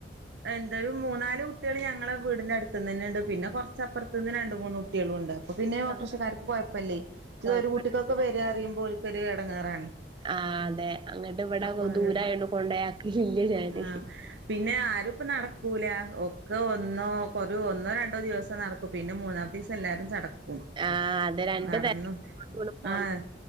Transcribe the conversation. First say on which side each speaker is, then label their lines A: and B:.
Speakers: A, on the right (about 70°); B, on the right (about 25°).
A: എന്ത് ഒരു മൂന്നാല് കുട്ടികള് ഞങ്ങളെ വീടിന്റെ അടുത്ത് നിന്ന് തന്നെ ഉണ്ട് പിന്നെ കുറച്ചപ്പുറത്ത്ന്ന് രണ്ട് മൂന്ന് കു ട്ടികളും ഉണ്ട് അപ്പൊ പിന്നെഓട്ടോറിക്ഷക്കാര്ക്ക്
B: ആഹ്
A: കൊയപ്പല്ലേ മറ്റേത്
B: കൊഴപ്പല്ല
A: ഒരു കുട്ടിക്കൊക്കെ വരാറയുമ്പോ ഒര് ഒരു എടങ്ങേറാണ്
B: ആഹ് അതെ അങ്ങട്ട് ഇവടെ
A: അപ്പൊ അങ്ങനെല്ല
B: ദൂരായോണ്ട് കൊണ്ടോയാക്കലില്ലേ ഞാന്
A: ആഹ് പിന്നെ ആരും ഇപ്പ നടക്കൂല ഒക്കെ ഒന്നോ ഒരു ഒന്നോ രണ്ടോ ദിവസം നടക്കും പിന്നെ മൂന്നാമത്തിസം എല്ലാരും ചടക്കും
B: ആഹ് അത് രണ്ട്
A: നടന്നു
B: നേരം കൊണ്ട് പോണ്ട
A: ആഹ്